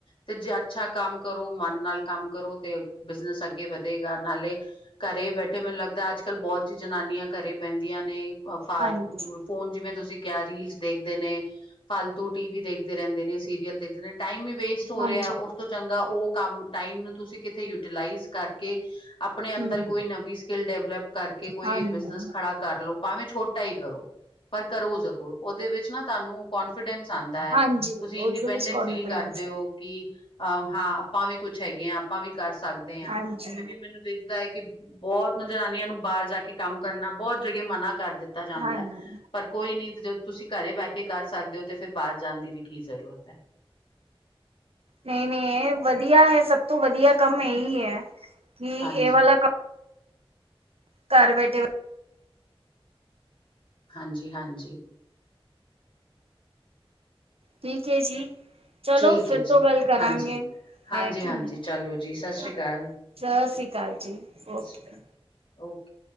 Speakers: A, on the left; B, on the right.
A: ਤੇ ਜੇ ਅੱਛਾ ਕੰਮ ਕਰੋ ਮਨ ਨਾਲ ਕੰਮ ਕਰੋ ਤੇ, ਬਿਜ਼ਨਸ ਅੱਗੇ ਵਧੇਗਾ ਨਾਲੇ, ਘਰੇ ਬੈਠੇ ਮੈਨੁ ਲੱਗਦਾ ਅੱਜ-ਕੱਲ ਬਹੁਤ ਚੀ ਜਨਾਨੀਆਂ ਘਰੇ ਬਹਿੰਦੀਆਂ ਨੇ, ਫਾਰ
B: ਹਾਂਜੀ,
A: ਫੋਨ ਜਿਵੇਂ ਤੁਸੀਂ ਕਿਹਾ ਰੀਲਸ ਦੇਖਦੇ ਨੇ। ਫਾਲਤੂ ਟੀਵੀ ਦੇਖਦੇ ਰਹਿੰਦੇ ਨੇ, ਸੀਰੀਅਲ ਦੇਖਦੇ ਨੇ ਟਾਈਮ ਈ ਵੇਸਟ ਹੋ
B: ਹਾਂਜੀ।
A: ਰਿਹਾ, ਉਸ
B: ਹਾਂਜੀ।
A: ਤੋਂ ਚੰਗਾ ਉਹ ਕੰਮ ਟਾਈਮ ਨੂੰ, ਤੁਸੀਂ ਕਿਥੇ ਯੂਟੀਲਾਈਜ਼ ਕਰਕੇ ਆਪਣੇ ਅੰਦਰ
B: ਹੂੰ,
A: ਕੋਈ ਨਵੀ ਸਕਿੱਲ ਡਿਵਲਪ ਕਰਕੇ, ਕੋਈ
B: ਹਾਂਜੀ,
A: ਬਿਜ਼ਨਸ ਖੜਾ ਕਰ ਲਓ, ਭਾਵੇਂ ਛੋਟਾ ਹੀ ਕਰੋ। ਪਰ ਕਰੋ ਜ਼ਰੂਰ, ਉਹਦੇ ਵਿੱਚ ਨਾ ਤੁਹਾਨੂੰ ਕੋਂਨਫੀਡੈਂਸ ਆਂਦਾ ਐ।
B: ਹਾਂਜੀ
A: ਤੁਸੀਂ
B: ਉਸਦੇ
A: ਇੰਡੀਪੈਂਡੈਂਟ
B: ਵਿੱਚ ਕੋਨਫੀਡੈਂਸ
A: ਫੀਲ ਕਰਦੇ ਹੋ। ਕੀ, ਅਹ ਹਾਂ, ਆਪਾਂ ਵੀ ਕੁੱਛ ਹੈਗੇ ਹਾ, ਆਪਾਂ ਵੀ ਕਰ ਸਕਦੇ ਹਾਂ,
B: ਹਾਂਜੀ,
A: ਕਿਉਂਕਿ ਮੈਨੂੰ ਦੇਖਦਾ ਹੈ, ਕੀ ਬਹੁਤ ਜਨਾਨੀਆਂ ਨੂੰ ਬਾਹਰ ਜਾਕੇ ਕੰਮ ਕਰਨਾ, ਬਹੁਤ ਜਗ੍ਹੇ ਮਨਾ ਕਰ ਦਿੱਤਾ ਜਾਂਦਾ‌।
B: ਹਾਂਜੀ।
A: ਪਰ ਕੋਈ ਨੀ ਜਦ ਤੁਸੀਂ ਘਰੇ ਬਹਿਕੇ ਕਰ ਸਕਦੇ ਹੋ, ਤੇ ਫਿਰ ਬਾਹਰ ਜਾਣ ਦੀ ਵੀ, ਕੀ ਜ਼ਰੂਰਤ ਹੈ।
B: ਨਹੀਂ-ਨਹੀਂ, ਇਹ ਵਧੀਆ ਹੈ ਸਭ ਤੋਂ ਵਧੀਆ ਕੰਮ ਇਹੀ ਹੈ, ਕਿ
A: ਹਾਂਜੀ
B: ਇਹ ਵਾਲਾ ਕੰਮ ਘਰ ਬੈਠੇ
A: ਹਾਂਜੀ-ਹਾਂਜੀ।
B: ਠੀਕ ਏ ਜੀ, ਚਲੋ
A: ਠੀਕ
B: ਫਿਰ
A: ਹੈ
B: ਤੋਂ
A: ਜੀ
B: ਗੱਲ ਕਰਾਂਗੇ।
A: ਹਾਂਜੀ ਹਾਂਜੀ
B: ਹੈ ਕਿ
A: ਹਾਂਜੀ
B: ਨੀ,
A: ਚਲੋ ਜੀ
B: ਸਤਿ
A: ਸਤਿ ਸ੍ਰੀ ਅਕਾਲ
B: ਸ੍ਰੀ ਅਕਾਲ ਜੀ।
A: ਸਤਿ
B: ਓਕੇ।
A: ਸ੍ਰੀ ਅਕਾਲ ਓਕੇ।